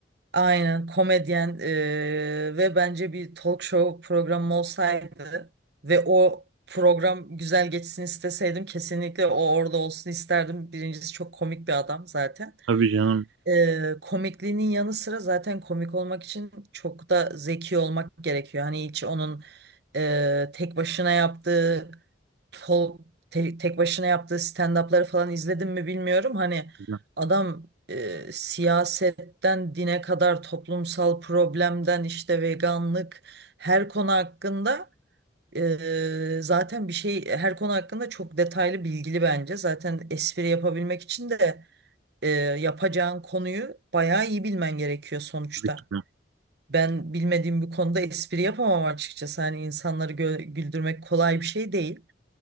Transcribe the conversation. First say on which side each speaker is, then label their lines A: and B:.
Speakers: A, on the right; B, on the right.
A: Aynen komedyen ee, ve bence bir talk show programı olsaydı ve o program güzel geçsin isteseydim kesinlikle o orada olsun isterdim. Birincisi çok komik bir adam zaten.
B: Tabii canım.
A: Eee, komikliğinin yanı sıra zaten komik olmak için çok da zeki olmak gerekiyor. Hani hiç onun eee, tek başına yaptığı tol- te- tek başına yaptığı stand-up'ları falan izledim mi bilmiyorum. Hani
B: <laughs>
A: adam eee, siyasetten dine kadar toplumsal problemden işte veganlık her konu hakkında eee, zaten bir şey her konu hakkında çok detaylı bilgili bence. Zaten espri yapabilmek için de e, yapacağın konuyu bayağı iyi bilmen gerekiyor sonuçta.
B: Tabii ki de.
A: Ben bilmediğim bir konuda espri yapamam açıkçası. Hani insanları gö- güldürmek kolay bir şey değil.